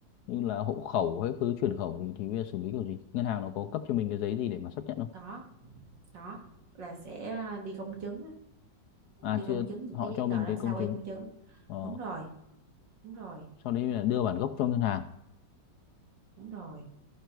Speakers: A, on the left; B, on the right.
A: như là hộ khẩu hay cứ chuyển khẩu thì thì bây giờ xử lý kiểu gì ngân hàng nó có cấp cho mình cái giấy gì để mà xác nhận không
B: có, có là sẽ à, đi công chứng, á,
A: à
B: đi công
A: chưa
B: chứng những
A: họ
B: cái giấy
A: cho mình
B: tờ đó
A: cái
B: sao
A: công
B: y
A: chứng
B: công chứng.
A: ờ,
B: Đúng rồi, đúng rồi,
A: sau đấy là đưa bản gốc cho ngân hàng
B: đúng rồi.